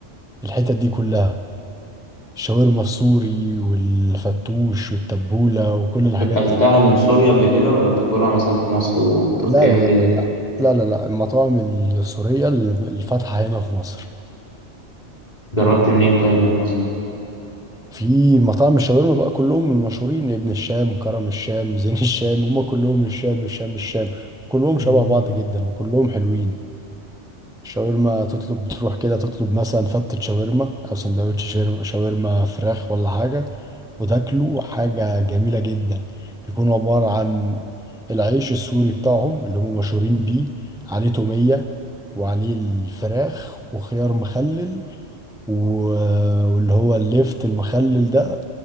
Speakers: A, in the centre; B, on the left.
A: الحتت دي كلها الشاورما السوري والفتوش والتبولة وكل الحاجات
B: اكلتها
A: دي
B: من سوريا قبل كده ولا بتاكلها مثلا في مصر وتركيا
A: لا لا
B: وكده
A: لا لا لا لا لا لا المطاعم السورية اللي فاتحة هنا في مصر
B: جربت منين طيب من مصر
A: في مطاعم الشاورما بقى كلهم المشهورين ابن الشام كرم الشام زين الشام هما كلهم الشام الشام الشام كلهم
B: مم.
A: شبه بعض جدا وكلهم حلوين شاورما تطلب تروح كده تطلب مثلا فتة شاورما أو سندوتش شاور- شاورما فراخ ولا حاجة وتاكله حاجة جميلة جدا بيكون عبارة عن العيش السوري بتاعهم اللي هم مشهورين بيه عليه تومية وعليه الفراخ وخيار مخلل و- واللي هو الليفت المخلل ده